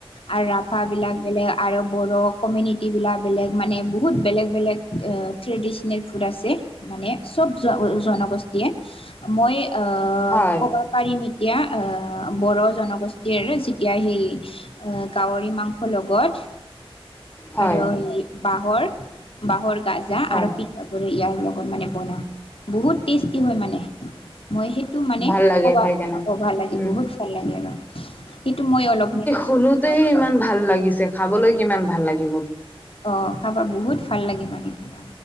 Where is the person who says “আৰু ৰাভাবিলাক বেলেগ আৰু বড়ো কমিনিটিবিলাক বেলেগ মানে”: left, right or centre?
Left